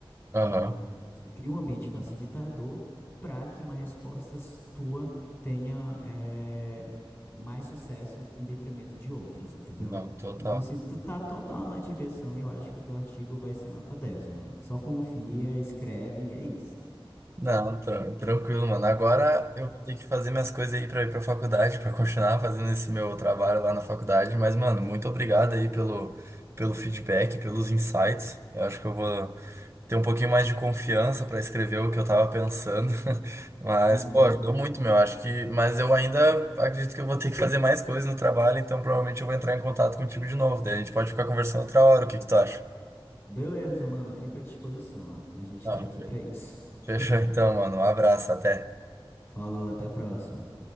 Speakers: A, on the right; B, on the left.
A: Aham.
B: Entendeu? Você cria um ambiente facilitador para que uma resposta s- tua tenha eh, mais sucesso em detrimento de outras, entendeu?
A: Não, total.
B: Então, assim, tu tá total na direção e eu acho que o teu artigo vai ser nota 10, mano. Só confia, escreve e é isso.
A: Não, tran- tranquilo, mano. Agora eu vou ter que fazer minhas coisas aí pra ir pra faculdade, pra continuar fazendo esse meu trabalho lá na faculdade. Mas, mano, muito obrigado aí pelo, pelo feedback, pelos insights. Eu acho que eu vou ter um pouquinho mais de confiança para escrever o que eu tava pensando. <laughs> Mas,
B: Uhum.
A: pô, ajudou muito, meu. Acho que. Mas eu ainda acredito que eu vou ter que fazer mais coisas no trabalho, então provavelmente eu vou entrar em contato contigo de novo. Daí a gente pode ficar conversando outra hora. O que que tu acha?
B: Beleza, mano, fico à disposição. A gente
A: Ah,
B: tá aqui pra isso.
A: Fechou
B: <laughs>
A: então, mano. Um abraço, até.
B: Falou, até a próxima.